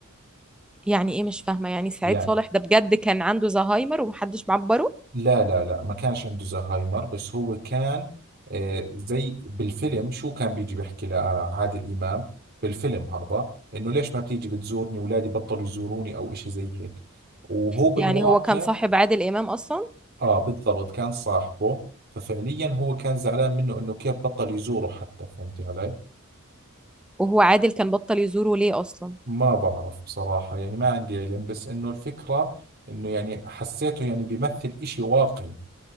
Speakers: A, in the centre; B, on the right.
A: يعني ايه مش فاهمة يعني سعيد
B: يعني
A: صالح ده بجد كان عنده زهايمر ومحدش معبره
B: لا لا لا ما كانش عنده زهايمر بس هو كان آه، زي بالفيلم شو كان بيجي بيحكي لعادل إمام بالفيلم هذا إنه ليش ما بتيجي بتزورني أولادي بطلوا يزوروني أو إشي زي هيك وهو بالواقع
A: يعني هو كان صاحب عادل امام اصلا
B: آه بالضبط كان صاحبه ففعليا هو كان زعلان منه إنه كيف بطل يزوره حتى فهمت علي
A: وهو عادل كان بطل يزوره ليه اصلا
B: ما بعرف بصراحة يعني ما عندي علم بس إنه الفكرة إنه يعني حسيته يعني بيمثل إشي واقعي